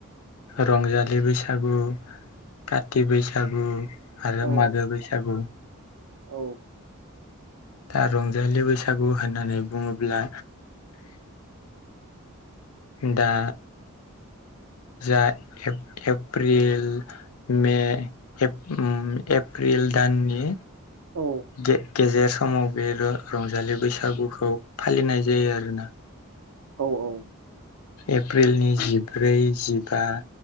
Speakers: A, on the left (about 75°); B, on the right (about 70°).
A: रंजालि बैसागु काथि बैसागु आरो
B: औ
A: मागो बैसागु
B: औ
A: दा रंजालि बैसागु होननानै बुङोब्ला दा जा एफ-एप्रिल मे एफ उम एप्रिल दाननि
B: औ
A: गे-गेजेर समाव बे र-रंजालि बैसागुखौ फालिनाय जायो आरोना।
B: औ औ
A: एप्रिलनि जिब्रै जिबा